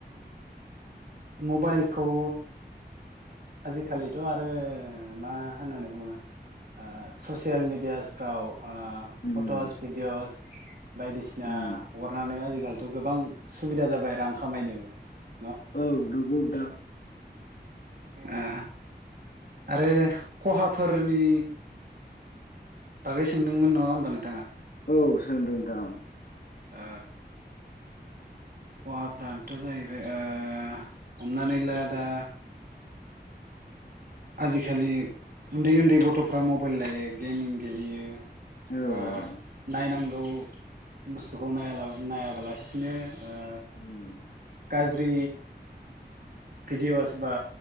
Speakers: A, on the right; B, on the left.
A: मबाइलखौ आजिखालिथ' आरो मा होननानै बुंङो ससियेल मिेडियाफ्राव ओ
B: उम
A: फट'स भिडिअस बायदिसिना
B: उम
A: हगारनानै आजिखालि गोबां सुबिदा जाबाय रां खामायनोबो
B: औ नगौ दा
A: अ आरो खहाफोरनि बागै सोंदोंमोन नङा होमबा नों
B: औ सोंदों नोंथां
A: ओ खहाफ्रानोथ' जाहैबाय ओ हमनानै ला दा आजिखालि उन्दै उन्दै गथ'फ्रा मबाइल लायो गेमिं गेलेयो
B: औ
A: बा
B: औ
A: नायनांगौ गौ बुस्थुखौ नाया नायाबालासिनो ओ
B: उम
A: गाज्रि भिडिअ'स बा